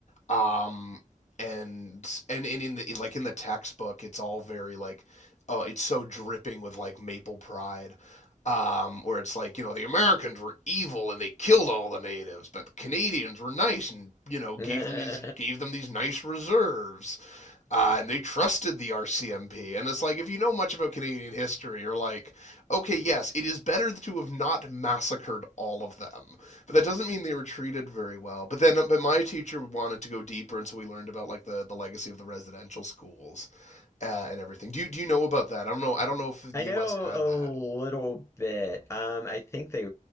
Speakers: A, on the left; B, on the left.
A: um and and, and in the like in the textbook it's all very like uh, it's so dripping with like maple pride um, where it's like you know the Americans were evil and they killed all the natives, but the Canadians were nice and you
B: <laughs>
A: know gave
B: I
A: them these gave them these nice reserves, uh, and they trusted the RCMP. And it's like if you know much about Canadian history, you're like, okay, yes, it is better to have not massacred all of them. But that doesn't mean they were treated very well. But then, but my teacher wanted to go deeper, and so we learned about like the, the legacy of the residential schools uh, and everything. Do you do you know about that? I don't know. I don't know if the
B: know
A: U.S. had
B: a
A: that.
B: little bit. Um, I think they,